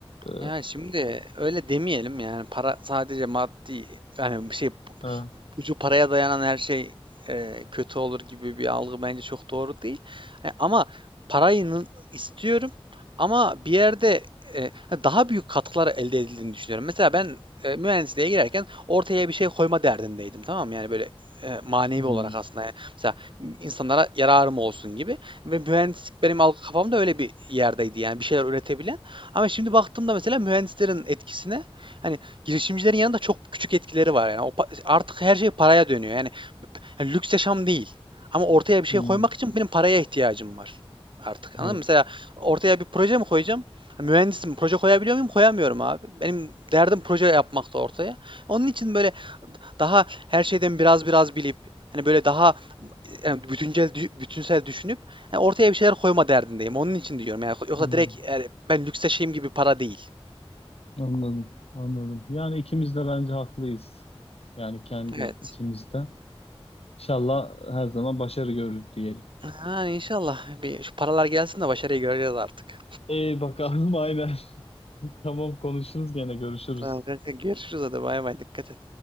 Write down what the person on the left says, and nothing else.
Ee,
ha.
Hmm,
hmm.
Evet.
Hmm,
Anladım. Anladım. Yani ikimiz de bence haklıyız. Yani kendi
içimizde. İnşallah her zaman başarı görürüz diyelim.
İyi bakalım <laughs> aynen. Tamam konuşuruz gene görüşürüz.